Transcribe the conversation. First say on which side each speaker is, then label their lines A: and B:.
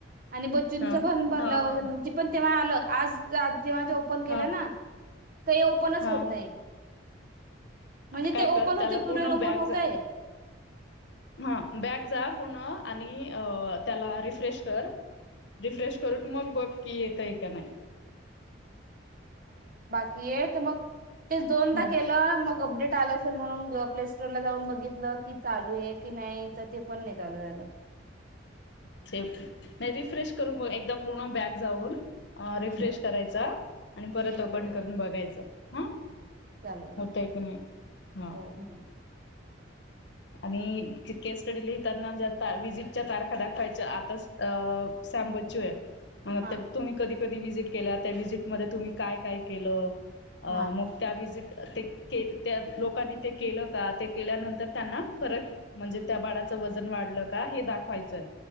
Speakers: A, on the right; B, on the left.
A: आणि बच्चूंचं
B: हा
A: पण भरलं
B: हा हा
A: वजन उंची पण तेव्हा आलं आज जेव्हा जे ओपन केलं
B: हा
A: ना ते ओपनच
B: हा
A: होत नाही. म्हणजे
B: काय
A: ते
B: कर
A: ओपन
B: त्याला
A: होता क्युरियन
B: पूर्ण बॅग
A: ओपन हो
B: जा
A: <unintelligible>
B: हा बॅग जा पूण आणि त्याला रिफ्रेश कर रिफ्रेश करून मग बघ कि येतय का नाही
A: ये तर मग तेच, दोनदा
B: हम्म
A: केलं मग अपडेट आला म्हणून प्ले स्टोर ला जाऊन बघितलं की चालू आहे की नाही तर ते पण नाही चालू झालं
B: सेफ्ट, नाही रिफ्रेश करू एकदा पूर्ण बॅग जाऊन अ..
A: हम्म
B: रिफ्रेश करायचा आणि
A: हम्म
B: परत ओपन करून बघायच, हा
A: चालेल
B: होतंय की नाही ह..
A: हो.
B: आणि केस स्टडी लिहिताना ज्या ता विजिटच्या तारखा दाखवायच्या आताच अ सॅम बचूय मग
A: हा
B: तुम्ही कधी कधी व्हजिट केल्या त्या व्हिजिटमध्ये तुम्ही काय काय केलं? तु अ
A: हा
B: मग त्या विजिट ते त्या लोकांनी ते केलं का ते केल्यानंतर त्यांना फरक म्हणजे त्या बाळाचं वजन वाढलं का? हे दाखवायचंय.